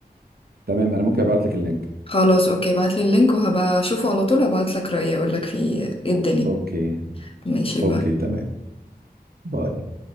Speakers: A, on the right; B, on the left.
A: تمام أنا ممكن أبعت لك اللينك
B: خلاص اوكي بعتلي اللينك وهبقى اشوفه على طول وابعتلك رأيي اقولك فيه ايه الدنيا
A: أوكي
B: ماشي باي
A: أوكي تمام باي